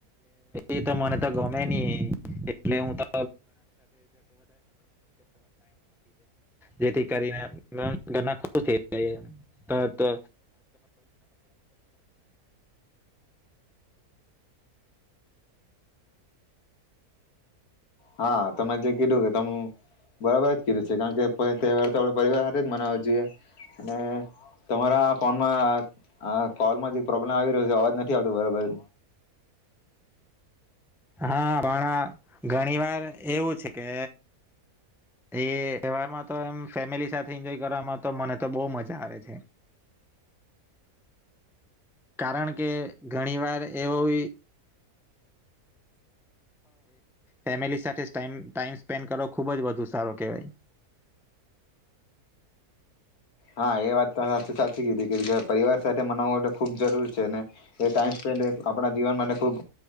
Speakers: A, in the centre; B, on the left.
A: એટ એ મને તો ગમે ન એટ હું તો જે કરીને થાય. હ તો.
B: હા તમે જે કીધું કે તમે બરાબર જ કીધું છે કારણ કે ત વાર તો આપ પરિવાર સાથે જ મનાવવા જોઈએ અને તમારા ફોનમાં કોલમાં જે પ્રોબ્લેમ આવી રહ્યો છે અવાજ નથી આવતો બરાબર.
A: હા પણ ઘણી વાર એવું છે કે એ તહેવારમાં તો એમ ફેમિલી સાથે એન્જોય કરવાવામાં તો મને તો બહ મજા આવે છે કારણ કે ઘણી વાર એવું. ફેમિલી સાથે ટાઈમ સ્પેન્ડ કરો ખુબ જ વધુ સારો કેવાય.
B: હા એ વાત તો સાચી સાચી કીધી કે પરિવાર સાથે મનાવવું ખૂબ જરૂર છે ને એ ટાઈમ સ્પેન્ડ આપણા જીવન માટે ખૂબ